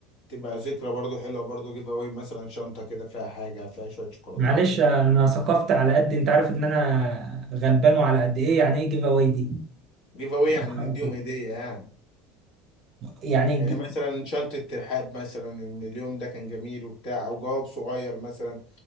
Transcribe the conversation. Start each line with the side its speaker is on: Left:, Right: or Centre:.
Left: تبقى ذكرى برضو حلوه برضو جيف اواي مثلا شنطه كده فيها حاجه فيها شويه شوكولاتات
Right: معلش
Left: بتاع
Right: انا ثقفت على قد انت عارف ان انا غلبان وعلى قد ايه يعني ايه جيف اواي دي
Left: جيف اواي يعني
Right: حاجة
Left: نديهم
Right: كده
Left: هديه يعني
Right: يعني
Left: يعني
Right: ج-
Left: مثلا شنطه ترحاب مثلا ان اليوم ده كان جميل وبتاع او جواب صغير مثلا